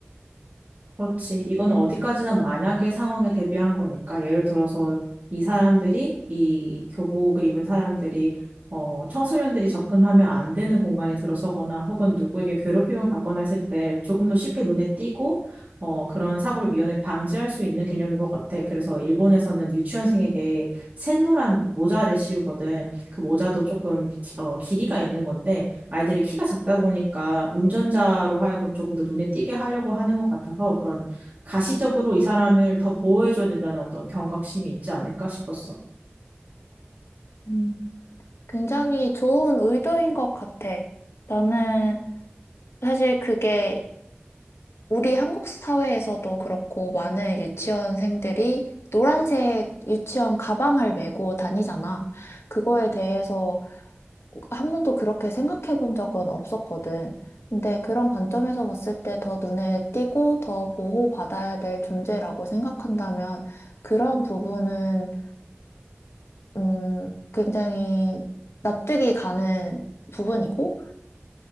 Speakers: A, on the right; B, on the left.
A: 그렇지. 이건 어디까지나 만약의 상황에 대비한 거니까. 예를 들어서 이 사람들이, 이 교복을 입은 사람들이, 어, 청소년들이 접근하면 안 되는 공간에 들어서거나 혹은 누구에게 괴롭힘을 받거나 했을 때 조금 더 쉽게 눈에 띄고, 어, 그런 사고를 미연에 방지할 수 있는 개념인 것 같아. 그래서 일본에서는 유치원생에게 샛노란 모자를 씌우거든. 그 모자도 조금, 기- 어, 길이가 있는 건데, 아이들이 키가 작다 보니까 운전자로 하여금 조금 더 눈에 띄게 하려고 하는 것 같아서 그런 가시적으로 이 사람을 더 보호해줘야 된다는 어떤 경각심이 있지 않을까 싶었어.
B: 음, 굉장히 좋은 의도인 것 같아. 나는 사실 그게 우리 한국 사회에서도 그렇고 많은 유치원생들이 노란색 유치원 가방을 메고 다니잖아. 그거에 대해서 한 번도 그렇게 생각해 본 적은 없었거든. 근데 그런 관점에서 봤을 때 더 눈에 띄고 더 보호받아야 될 존재라고 생각한다면 그런 부분은, 음, 굉장히 납득이 가는 부분이고,